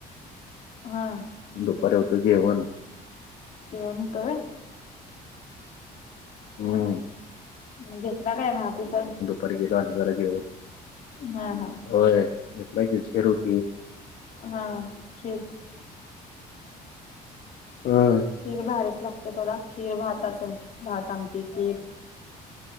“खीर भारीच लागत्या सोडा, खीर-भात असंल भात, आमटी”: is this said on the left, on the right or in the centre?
Left